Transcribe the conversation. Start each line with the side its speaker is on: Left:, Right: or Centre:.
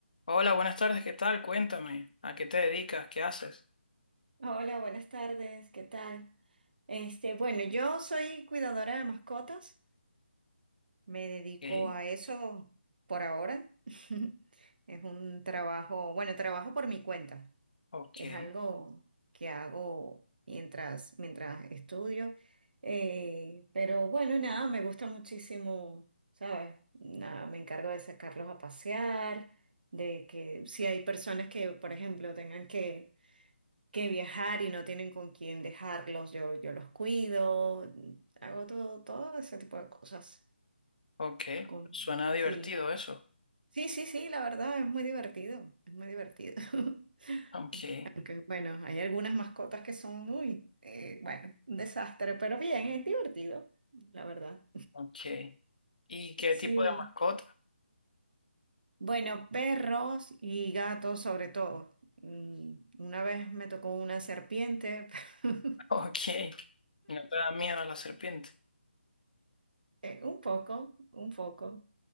Left: Hola, buenas tardes, ¿qué tal? Cuéntame, ¿a qué te dedicas? ¿Qué haces?
Right: Hola, buenas tardes, ¿qué tal? Este, bueno, yo soy cuidadora de mascotas, me dedico
Left: Ok,
Right: a eso por ahora. <laughs> Es un trabajo, bueno, trabajo por mi cuenta.
Left: ok,
Right: Es algo que hago mientras, mientras estudio. eh, pero bueno, nada, me gusta muchísimo, ¿sabes? Nada, me encargo de sacarlos a pasear, de que si hay personas que, por ejemplo, tengan que que viajar y no tienen con quién dejarlos, yo, yo los cuido, hago todo, todo ese tipo de cosas.
Left: ok.
Right: Con...
Left: Suena divertido
Right: Sí,
Left: eso.
Right: sí, sí, sí, la verdad es muy divertido, es muy divertido. <laughs>
Left: Ok,
Right: Aunque bueno, hay algunas mascotas que son muy, eh, bueno, un desastre, pero bien, es divertido, la verdad.
Left: ok. ¿Y qué
Right: Sí,
Left: tipo de mascota? <laughs>
Right: bueno, perros y gatos sobre todo. Mm, Una vez me tocó una serpiente, <laughs>
Left: Ok, no te da miedo la serpiente.
Right: eh, un poco, un poco.